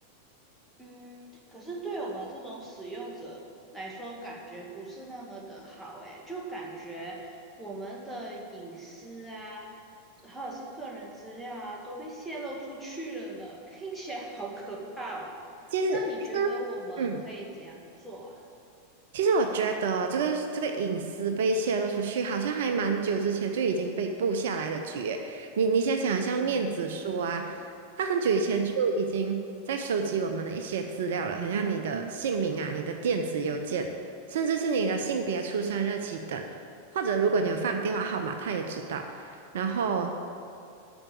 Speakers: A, in the centre; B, on the right.
A: 嗯，可是对我们这种使用者来说，感觉不是那么的好诶，就感觉我们的隐私啊，或者是个人资料啊，都被泄露出去了呢，听起来好可怕哦。
B: 其实
A: 那你觉得我们可以怎样做啊？
B: 嗯。其实我觉得这个这个隐私被泄露出去，好像还蛮久之前就已经被布下来的局诶。你你想想，像面子书啊，他很久以前就已经在收集我们的一些资料了，
A: 嗯。
B: 很像你的姓名啊、你的电子邮件，甚至是你的性别、出生日期等，或者如果你有放电话号码，他也知道。然后